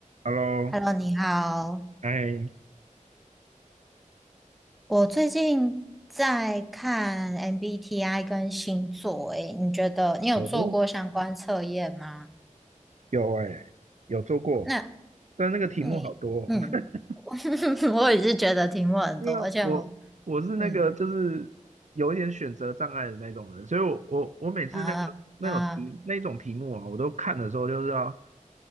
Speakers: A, on the right; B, in the centre.
A: Hello，
B: Hello，你好。
A: 哎，
B: 我最近在看 MBTI 跟星座，诶，你觉得你有做过相关测验吗？
A: 哦，有哎、有做过，
B: 那
A: 但那个题目好多哦。
B: 你，嗯，
A: <laughs>
B: <laughs> 我也是觉得题目很多，
A: 因为我我是那个就是有一点选择障碍的那种人，
B: 而且我，嗯
A: 所以我我我每次那个那种题那种题目啊，
B: 啊啊，
A: 我都看的时候就是要